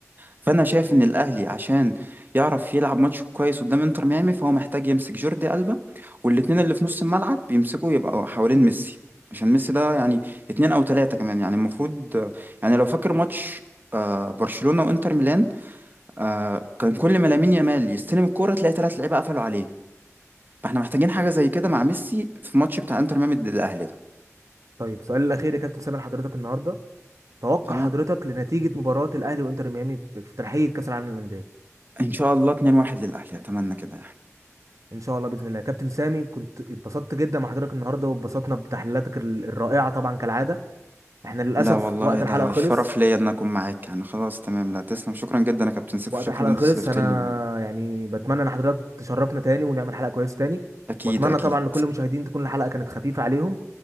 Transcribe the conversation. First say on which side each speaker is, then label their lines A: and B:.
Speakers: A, on the right; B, on the right.
A: فانا شايف ان الاهلي عشان يعرف يلعب ماتش كويس قدام انتر ميامي فهو محتاج يمسك جوردي ألبا والاتنين اللي في نص الملعب يمسكوا يبقوا حوالين ميسي عشان ميسي ده يعني اتنين او تلاتة كمان يعني المفروض يعني لو فاكر ماتش آه برشلونة وانتر ميلان آه كان كل ما لامين يامال يستلم الكورة تلاقي ثلاث لعيبة قفلوا عليه فاحنا محتاجين حاجة زي كده مع ميسي في ماتش بتاع انتر ميامي ضد الاهلي ده
B: طيب سؤال الاخير يا كابتن سامي لحضرتك النهارده توقع
A: تمام
B: حضرتك لنتيجة مباراة الأهلي وإنتر ميامي في في ترحية كأس العالم للأندية
A: ان شاء الله 2-1 للاهلي اتمنى كده يعني
B: إن شاء الله بإذن الله كابتن سامي كنت اتبسطت جدا مع حضرتك النهاردة واتبسطنا بتحليلاتك ال- الرائعة طبعا كالعادة إحنا للأسف
A: لا والله
B: وقت
A: ده
B: الحلقة خلص
A: شرف ليا ان اكون معاك يعني خلاص تمام لا تسلم شكرا جدا يا كابتن سيف
B: وقت
A: وشكرا
B: الحلقة
A: ان انت
B: خلص
A: استضفتني
B: أنا يعني بتمنى إن حضرتك تشرفنا تاني ونعمل حلقة كويسة تاني
A: اكيد
B: وأتمنى
A: اكيد
B: طبعا لكل المشاهدين تكون الحلقة كانت خفيفة عليهم